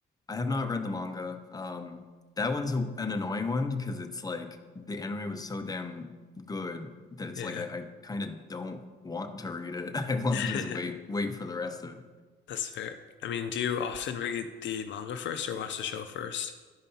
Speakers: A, on the left; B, on the left.
A: I have not read the manga. Um, that one's a, an annoying one because it's like the anime was so damn good that it's
B: yeah?
A: like I, I kind of don't want to read it. <laughs> I want
B: <laughs>
A: to just wait wait for the rest of it.
B: That's fair. I mean, do you often read the manga first or watch the show first?